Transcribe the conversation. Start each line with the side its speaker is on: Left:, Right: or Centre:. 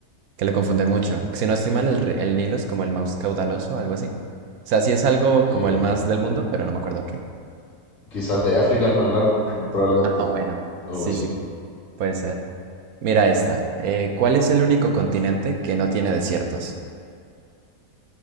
Right: que lo confunden mucho. Si no estoy mal, el, ri- el Nilo es como el más caudaloso algo así. O sea, sí es algo
Left: Eh,
Right: como el más del mundo, pero no me acuerdo qué.
Left: quizás de África el más largo, probablemente.
Right: Ah, bueno.
Left: Algo
Right: Sí,
Left: así.
Right: sí, puede ser. Mira esta. Eh, ¿cuál es el único continente que no tiene desiertos?